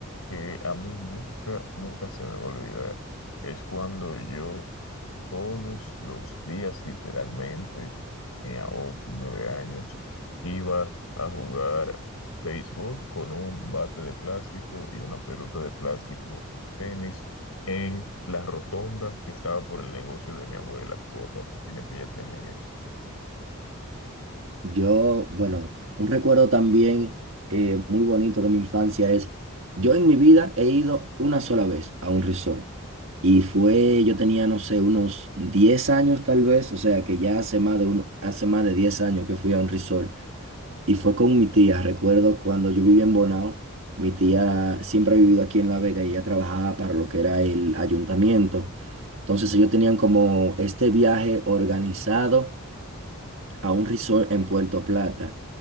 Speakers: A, on the left (about 80°); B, on the right (about 60°).
A: que a mí nunca, nunca se me va a olvidar es cuando yo todos los días, literalmente, cuando tenía 8 y 9 años, iba a jugar béisbol con un bate de plástico y una pelota de plástico, tenis, en la rotonda que estaba por el negocio de mi abuela, por la oficina que ella tenía.
B: Yo, bueno, un recuerdo también eh, muy bonito de mi infancia es, yo en mi vida he ido una sola vez a un resort y fue, yo tenía, no sé, unos 10 años tal vez, o sea que ya hace más de uno, hace más de 10 años que fui a un resort y fue con mi tía, recuerdo cuando yo vivía en Bonao, mi tía siempre ha vivido aquí en La Vega y ella trabajaba para lo que era el ayuntamiento, entonces ellos tenían como este viaje organizado a un resort en Puerto Plata.